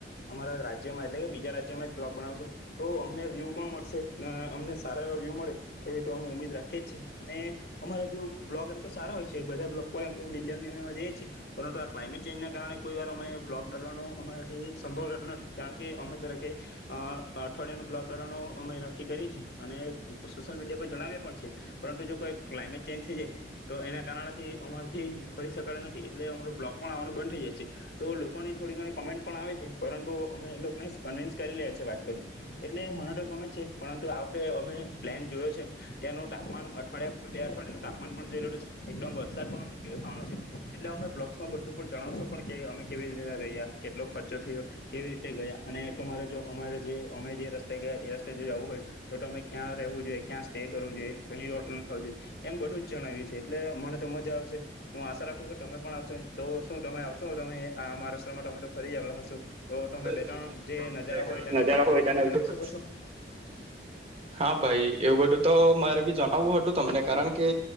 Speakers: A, on the left; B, on the right.
A: અમારા રાજ્યમાં એટલે ત્યાં અચાનક બ્લોગ બનાવશું તો અમને વ્યૂ પણ મળશે ને અમને સારા એવા વ્યૂ મળે એવી તો અમે ઉમીદ રાખીએ જછીએ અને અમારા વ્યુ બ્લોગ એમ તો સારા હોય છે બધા બ્લોગ પરમ મિલિયન મિલિયનમાં જઈએ છીએ, પરંતુ આ ક્લાઇમેટ ચેન્જના કારણે કોઈ વાર અમે બ્લોગ બવાનો અમારાથી સંભવતો નથી કારણ કે અમને અત્યારે અ કે અઠવાડિયા ન બ્લોગ દવાનો અમે નક્કી કરીએ છે અને સોશિયલ મીડિયા પર જણાવએ પણ છે, પરંતુ જો કોઈ ક્લાઇમેટ ચેન્જ થઈ જાય તો એના કારણેથી અમારેથી ફરી શક નથી એટલે અમારો બ્લોગ પણ આવવાનું બંધ થઈ જાય છે, તો લોકોની થોડી ઘણી કોમેન્ટ પણ આવે છે, પરંતુ અમે એ લોક ને કન્વીન્સ કરી લે છે વાત કરીને, એટલે મને તો ગમે જ છે, પરંતુ આ વખતે અમે પ્લાન જોયો છે ત્યાંનું તાપમાન અઠવાડિયા બે અઠવાડિયાનું તાપમાન પણ જઈ રહલું છે. એકદમ વરસાદ પણ અમુ દિવસ આનો છે, એટલે અમે બ્લોક્સમાં બધું પણ જણાવશો પણ કે અમે કેવી રીતે રહહી્યા કેટલો ખર્ચો થયો? કેવી રીતે ગયા? અને તમારે જો અમારે જે અમે જે રસ્તે ગયા, તે રસ્તે જો જવું હોય, તો તમે ક્યાં રહેવું? ક્યાં સ્ટે કરવો જોઈએ? કઈ હોટલ ખાવું જોઈએ? એમ બધું જણાવ્યું છે એટલે મને તો મજા આવશે, હું આશા રાખું કે તમે પણ આવશે તો શું તમે આવસો તમે મહારાષ્ટ્રમા તમે તો ફરી જલા હશો, તો તમે
B: હા
A: ત્રણ જે નજારા હોય તેના વિશે થોડું ઘણું જણાવી શકો છો
B: ભાઈ એવું બધું તો મારે જણાવવું હતું તમને કારણ કે,